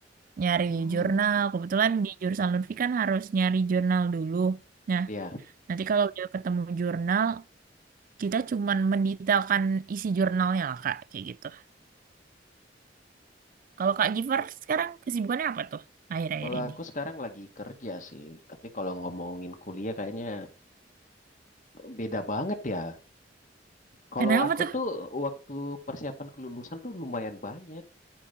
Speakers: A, on the right; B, on the left.
A: nyari
B: Oh,
A: jurnal. Kebetulan di jurusan Lutfi kan harus nyari jurnal dulu. Nah,
B: ya.
A: Nanti kalau udah ketemu jurnal, kita cuman mendetailkan isi jurnalnya lah, Kak. Kayak gitu. Kalau Kak Giver sekarang kesibukannya apa tuh akhir-akhir
B: Kalau
A: ini?
B: aku sekarang lagi kerja sih, tapi kalau ngomongin kuliah kayaknya Beda banget ya. Kalau
A: Kenapa
B: aku
A: tuh?
B: tuh waktu persiapan kelulusan tuh lumayan banyak.